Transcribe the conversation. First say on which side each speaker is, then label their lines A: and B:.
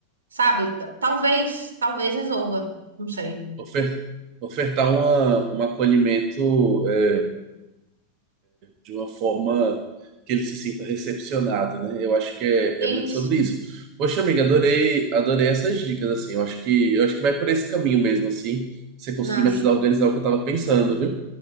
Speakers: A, on the right; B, on the right.
A: sabe? T- Talvez, talvez resolva, não sei.
B: ofer- ofertar uma, um acolhimento é, de uma forma que ele se sinta recepcionado, né? Eu acho que é,
A: É
B: é muito
A: Isso,
B: sobre isso. Poxa, amiga, adorei, adorei essas dicas, assim. Eu acho que, eu acho que vai por esse caminho mesmo, assim. Você conseguir
A: massa.
B: me ajudar a organizar o que eu tava pensando, viu?